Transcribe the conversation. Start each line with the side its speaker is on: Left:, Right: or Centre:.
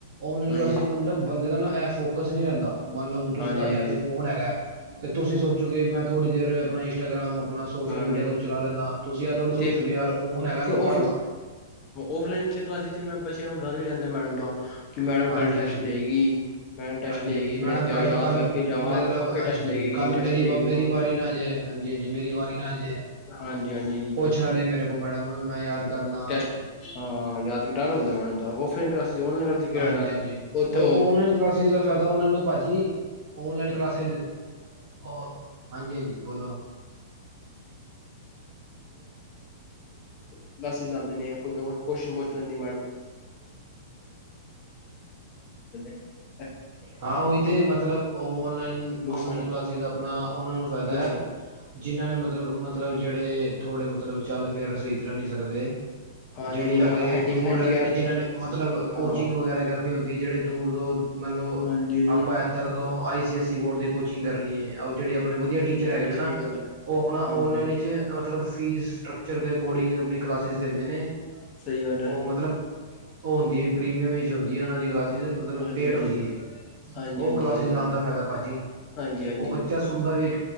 Right: ਓਨਲਾਈਨ
Left: ਹਾਂਜੀ,
Right: ਕਲਾਸਿਸ ਮਤਲਬ ਬੰਦੇ ਦਾ ਨਾ ਐ ਫੋਕਸ ਨਹੀਂ ਰੈਂਦਾ। ਮੰਨ ਲਓ ਤੁਸੀਂ,
Left: ਹਾਂਜੀ
Right: ਤਾਡੇ ਹੱਥ ਫੋਨ ਹੈਗਾ ਐ, ਤੇ ਤੁਸੀਂ ਸੋ ਫੇ ਮੈਂ ਥੋੜ੍ਹੀ ਦੇਰ ਆਪਣਾ ਇੰਸਟਾਗਾਮ ਆਪਣਾ ਸੋਸ਼ਲ
Left: ਹਾਂ
Right: ਮੀਡੀਆ ਕੁਛ ਚਲਾ ਲੈਂਨਾ, ਤੁਸੀਂ ਏਹ ਥੋੜ੍ਹੀ ਸੋਚੋਗੇ
Left: ਤੇ
Right: ਯਾਰ ਫੋਨ ਹੈਗਾ
Left: ਤੇ
Right: ਮੈਂ
Left: ਓ
Right: ਪੜ੍ਹ
Left: ਫਿਰ,
Right: ਲਾਂ
Left: ਔਫਲਾਈਨ ਭਾਜੀ ਜਿਵੇਂ ਬੱਚਿਆਂ ਨੂੰ ਡਰ ਵੀ ਰਹਿੰਦਾ ਮੈਡਮ ਦਾ। ਕਿ ਮੈਡਮ
Right: ਹਾਂਜੀ
Left: ਕੱਲ ਟੈਸਟ
Right: ਹਾਂਜੀ,
Left: ਦੇਗੀ ਮੈਡਮ ਟੈਸਟ
Right: ਹਾਂਜੀ
Left: ਲਏਗੀ
Right: ਹਾਂਜੀ। ਮੈਡਮ
Left: ਮੈਂ
Right: ਕੱਲ
Left: ਯਾਦ
Right: ਕੱਲ
Left: ਕਰਕੇ
Right: ਪ-ਅ-ਕ-ਮਤਲਬ
Left: ਜਾਵਾਂ ਪੱਕੇ
Right: ਹਾਂਜੀ।
Left: ਟੈਸਟ ਲਏਗੀ
Right: ਕੱਲ
Left: ਟੈਸਟ
Right: ਮੇਰੀ
Left: ਲਏਗੀ
Right: ਵ ਮੇਰੀ ਵਾਰੀ ਨਾ ਜੇ, ਹਾਂਜੀ ਹਾਂਜੀ ਮੇਰੀ ਵਾਰੀ ਨਾ ਆਜੇ।
Left: ਹਾਂਜੀ, ਹਾਂਜੀ ਜੀ
Right: ਪੁੱਛ ਲੈਂਦਾ ਮੇਰੇ ਕੋਲ ਮੈਡਮ ਹੁਣ ਮੈਂ ਯਾਦ। ਕਰ ਲਾਂ
Left: ਟੈਸਟ ਹਾਂ ਯਾਦ ਡਰ ਹੁੰਦਾ ਮੈਡਮ <inaudible> ਦਾ ਓ ਫੇਕਾਸ ਦੂਰ ਆਰ ਕੈਡਾਲ
Right: ਹਾਂਜੀ ਹਾਂਜੀ
Left: ਓਥ
Right: ਉਹ ਓਨਲਾਈਨ ਕਲਾਸਿਸ ਦਾ ਫਾਇਦਾ ਉਹਨਾਂ ਨੂੰ ਹੈ ਭਾਜੀ ਓਨਲਾਈਨ ਕਲਾਸਿਸ ਉਹ ਹਾਂਜੀ ਹਾਂਜੀ ਬੋਲੋ
Left: <unintelligible> ਮੈਸੇਜ ਆਂਦੇ ਨੇ ਕੋਈ ਕੁਝ ਕਸਤਿਓ <unintelligible>
Right: ਹਾਂ ਉਹੀ ਤੇ ਮਤਲਬ ਆਨਲਾਈਨ
Left: ਨੁਕਸਾਨ
Right: ਆਨਲਾਈਨ ਕਲਾਸੈਸ ਆਪਣਾ ਉਹਨਾਂ ਦਾ ਫਾਇਦਾ
Left: ਨੁਕਸਾਨ
Right: ਹੈ ਜਿਹਨਾਂ ਨੇ ਮਤਲਬ ਮਤਲਬ ਜਿਹੜੇ ਥੋੜੇ ਮਤਲਬ ਚੱਲ ਫਿਰ ਸਹੀ ਤਰ੍ਹਾਂ ਨਹੀਂ ਸਕਦੇ।
Left: ਹਾਂਜੀ
Right: ਜਿਹੜੀਆਂ ਅਤੇ
Left: ਹੈਂਡੀ
Right: ਦੂਰ
Left: ਹੈਂਡੀਕੈਪ
Right: ਰਹਿੰਦੇ ਨੇ ਜਿਹਨਾਂ ਨੇ ਮਤਲਬ ਕੋਚਿੰਗ
Left: ਹਾਂ
Right: ਵਗੈਰਾ ਕਰਨੀ ਹੁੰਦੀ। ਜਿਹੜੇ ਦੂਰ ਦੂਰ ਮਤਲਬ ।
Left: ਹਾਂਜੀ
Right: ਆਪਾਂ ਏਧਰ ਤੋਂ I C S E. Board ਦੀ ਕੋਚਿੰਗ ਕਰਨੀ ਹੈ ਆਓ ਜਿਹੜੇ ਆਪ । ਆਪਣੇ ਵਧੀਆ
Left: ਹਾਂਜੀ
Right: ਟੀਚਰ
Left: ਹਾਂਜੀ
Right: ਹੈਗੇ ਨੇ ਨਾ
Left: ਸਹੀ ਗੱਲ ਹੈ
Right: ਉਹ ਆਪਣਾ
Left: ਹਾਂਜੀ
Right: ਓਨਲਾਈਨ ਵਿੱਚ । ਮਤਲਬ ਫੀਸ ਸਟਰੱਕਚਰ ਦੇ ਅਕੋਰਡਿੰਗ ਆਪਣੀ । ਕਲਾਸਿਸ ਦਿੰਦੇ ਨੇ
Left: ਸਹੀ ਗੱਲ
Right: ਉਹ
Left: ਹੈ
Right: ਮਤਲਬ । ਉਹ ਹੁੰਦੀ ਹੈ ਪ੍ਰੀਮੀਅਮ ਵਿਚ ਹੁੰਦੀ ਹੈ ਉਹਨਾਂ ਦੀ ਕਲਾਸ । ਜਿਹਦੇ ਮਤਲਬ
Left: ਹਾਂਜੀ
Right: ਪੇਡ
Left: ਹਾਂਜੀ
Right: ਹੁੰਦੀ ਹੈ ।
Left: ਹਾਂਜੀ
Right: ਉਹ
Left: ਹਾਂਜੀ
Right: ਕਲਾਸਿਸ
Left: ਸਹੀ ਗੱਲ
Right: ਲਾਉਣ ਦਾ ਫਾਇਦਾ ਹੈ ਭਾਜੀ
Left: ਹਾਂਜੀ ਹਾਂਜੀ
Right: ਉਹ ਬੱਚਾ ਸੁਣਦਾ ਵੀ ।